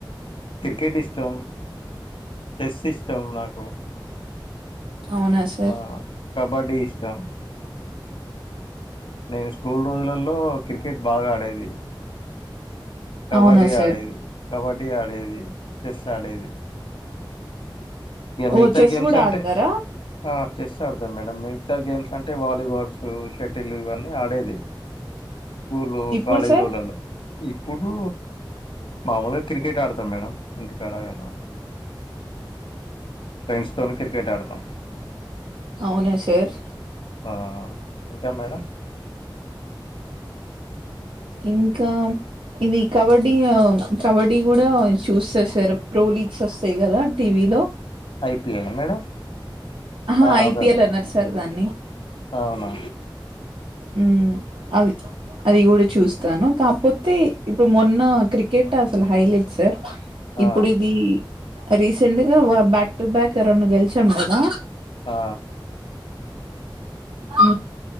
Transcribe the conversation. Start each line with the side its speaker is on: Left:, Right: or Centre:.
Left: క్రికెట్ ఇష్టం చెస్ ఇష్టం నాకు
Right: అవునా సార్
Left: ఆ కబడ్డీ ఇష్టం నేను స్కూల్ రోజులలో క్రికెట్ బాగా ఆడేది కబడి
Right: అవునా సార్
Left: ఆడేది కబడ్డీ ఆడేది చెస్ ఆడేది ఇక
Right: ఓ
Left: మిగతా
Right: చెస్
Left: గేమ్స్
Right: కూడా
Left: అంటే
Right: ఆడతారా
Left: ఆ చెస్ ఆడతాం మేడం మిగతా గేమ్స్ అంటే వాలీబాల్స్ షటిల్ ఇవన్నీ ఆడేది స్కూలు
Right: ఇప్పుడు
Left: కాలేజీలోలలో
Right: సార్
Left: ఈ ఇప్పుడు‌ మామూలుగా క్రికెట్ ఆడతాం మేడం. ఇంటికాడ ఏనా ఫ్రెండ్స్ తోని క్రికెట్ ఆడతాం.
Right: అవునా సార్.
Left: ఆ ఇంకా మేడం.
Right: ఇంకా ఇవి కబడ్డీ హ కబడ్డీ కూడా చూస్తా సార్ ప్రో లీగ్స్ వస్తాయి కదా టీవీలో
Left: ఐ పీ ఎల్ ఆ మేడం.
Right: ఆహా
Left: ఆ
Right: ఐ
Left: అదే
Right: పి
Left: అదే
Right: ఎల్ అనరు సార్ దాన్ని.
Left: అవునా
Right: హు అది అది కూడా చూస్తాను. కాపోతే ఇప్పుడు మొన్న క్రికెట్ అసలు హైలైట్ సార్.
Left: ఆ
Right: ఇప్పుడు ఇది రీసెంట్ గా బ్యాక్ టు బ్యాక్ రెండు గెలిచాం కదా.
Left: ఆ
Right: హు